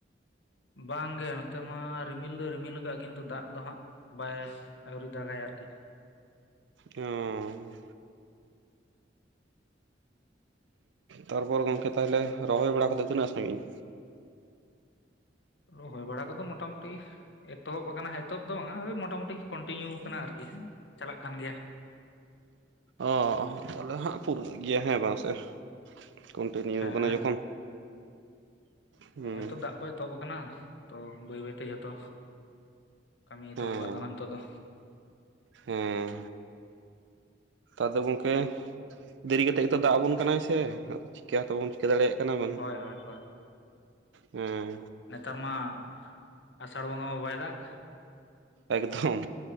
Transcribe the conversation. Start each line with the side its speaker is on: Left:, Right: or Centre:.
Left: ᱵᱟᱝᱜᱮ ᱱᱚᱛᱮ ᱢᱟ ᱨᱤᱢᱤᱞ ᱫᱚᱭ ᱨᱤᱢᱤᱞ ᱠᱟᱜ-ᱟ ᱠᱤᱱᱛᱩ ᱫᱟᱜ ᱫᱚ ᱦᱟᱸᱜ ᱵᱟᱭ ᱟᱹᱣᱨᱤ ᱫᱟᱜᱟᱭ ᱟᱨᱠᱤ,
Right: ᱚᱻ ᱛᱟᱨᱯᱚᱨ ᱜᱚᱢᱠᱮ ᱛᱟᱦᱞᱮ ᱨᱚᱦᱚᱭ ᱵᱟᱲᱟ ᱠᱚᱫᱚ ᱛᱤᱱᱟᱹᱜ ᱥᱟᱹᱜᱤᱧ?
Left: ᱨᱚᱦᱚᱭ ᱵᱟᱲᱟ ᱠᱚᱫᱚ ᱢᱚᱴᱟᱢᱩᱴᱤ ᱮᱛᱚᱦᱚᱵ ᱟᱠᱟᱱᱟ ᱮᱛᱚᱵ ᱫᱚ ᱦᱟᱸ ᱳᱭ ᱢᱳᱴᱟᱢᱩᱴᱤ ᱠᱚᱱᱴᱤᱱᱤᱭᱩ ᱟᱠᱟᱱᱟ ᱟᱨᱠᱤ ᱪᱟᱞᱟᱜ ᱠᱟᱱ ᱜᱮᱭᱟ᱾
Right: ᱚ ᱛᱟᱦᱞᱮ ᱦᱟᱸᱜ ᱯᱩᱨᱟᱹᱜ ᱜᱮᱭᱟ ᱦᱮᱸ ᱵᱟᱝ ᱥᱮ, ᱠᱚᱱᱴᱤᱱᱤᱭᱩ
Left: ᱦᱮᱸ
Right: ᱠᱟᱱᱟ ᱡᱚᱠᱷᱚᱱ ᱦᱩᱸ
Left: ᱱᱚ-ᱚᱭ ᱛᱚ ᱫᱟᱜ ᱠᱚ ᱮᱛᱚᱦᱚᱵ ᱟᱠᱟᱱᱟ᱾ ᱛᱚ ᱵᱟᱹᱭ ᱵᱟᱹᱭ ᱛᱮ ᱡᱚᱛᱚ ᱠᱟᱹᱢᱤ
Right: ᱦᱮᱸ
Left: ᱮᱛᱚᱦᱚᱵ-ᱟ ᱦᱟᱸᱜ ᱱᱤᱛᱚᱜ ᱫᱚ,
Right: ᱦᱮᱸ ᱱᱮᱛᱟᱨ ᱫᱚ ᱜᱚᱝᱠᱮ ᱫᱮᱨᱤ ᱠᱟᱛᱮ ᱱᱤᱛᱚᱜ ᱫᱟᱜ ᱟᱵᱚᱱ ᱠᱟᱱᱟᱭ ᱥᱮ ᱪᱤᱠᱟᱹ ᱦᱚᱸᱛᱚ ᱵᱟᱵᱚᱱ ᱪᱤᱠᱟᱹ ᱫᱟᱲᱮᱭᱟᱜ ᱠᱟᱱᱟ ᱵᱚᱱ,
Left: ᱦᱳᱭ ᱦᱳᱭ ᱦᱳᱭ
Right: ᱦᱮᱸ,
Left: ᱱᱮᱛᱟᱨ ᱢᱟ ᱟᱥᱟᱲ ᱵᱚᱸᱜᱟ ᱢᱟ ᱵᱟᱭ ᱫᱟᱜᱽ᱾
Right: ᱮᱠᱫᱚᱢ